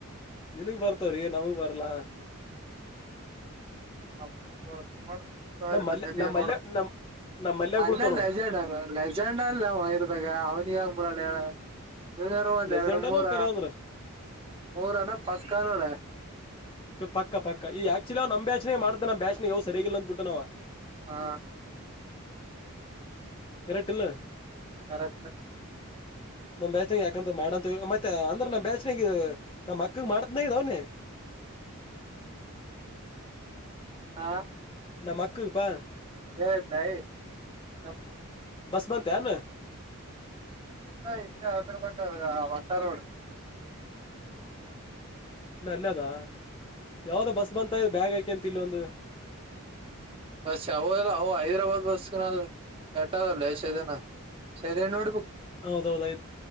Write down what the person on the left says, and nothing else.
ನಿನ್ಗ ಬರ್ತವ್ರೀ ನಮಗ್ ಬರ್ಲ.
ಮಲ್ಯ ನಮ್
ಮಲ್ಯ ನಮ್ ನಮ್ ಮಲ್ಯಾಗ್
ಬೀಳ್ತಾವ್ ನೋಡು
ಲೆಜೆಂಡನೋ
ಕರೆ ಅಂದ್ರ
ಪಕ್ಕ ಪಕ್ಕ ಈ ಆಕ್ಚುಲಿ ಅವ್ ನಮ್ ಬ್ಯಾಚನಾಗ ಮಾಡ್ತನ ಬ್ಯಾಚ್ ಯಾವ ಸರಿಗಿಲ್ಲ ಅಂದ್ಬಿಟ್ನವ.
ಕರಟ್ ಇಲ್ಲ.
ನಮ್ ಬೇಚ್ನಾಗ ಯಾಕಂದ್ರ ಮಾಡಂತ ಮತ್ತೆ ಅಂದ್ರ ನಮ್ಮ ಬೇಚ್ನಗ ನಮ್ಮ ಮಕ್ಕಗ್ ಮಾಡ್ದನ ಇದ ಅವನಿ.
ನಮ್ ಅಕ್ಕಗೆಪ್ಪಾ.
ಬಸ್ ಬಂತಯಾನ.
ಇನ್ನ ಅಲ್ಲ ಅದ ಯಾವ್ದೋ ಬಸ್ ಬಂತ ಆಗ್ಯದ ಬ್ಯಾಗ್ ಆಯಕಂತ ಇಲ್ಲಿ ಒಂದು.
ಹೌದೌದಯ್